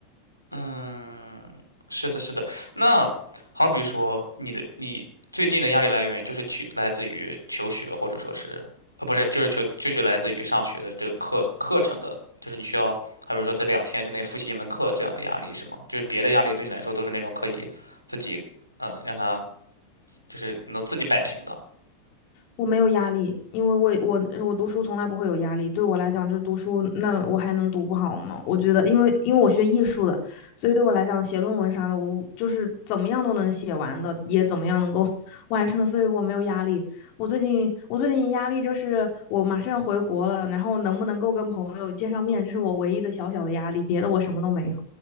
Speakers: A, on the right; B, on the left.
A: 嗯，是的，是的。那好比说，你的你最近的压力来源就是去来自于求学，或者说是，呃，不是，就是求就是来自于上学的这个课课程的，就是你需要，好比说在两天之内复习一门课这样的压力是吗？就是别的压力对你来说都是那种可以自己，嗯，让他就是能自己摆平的。
B: 我没有压力，因为我我我读书从来不会有压力。对我来讲，就是读书，那我还能读不好吗？我觉得，因为因为我学艺术的，所以对我来讲，写论文啥的，我就是怎么样都能写完的，也怎么样能够 <laughs> 完成的，所以我没有压力。我最近我最近压力就是我马上要回国了，然后能不能够跟朋友见上面，这是我唯一的小小的压力，别的我什么都没有。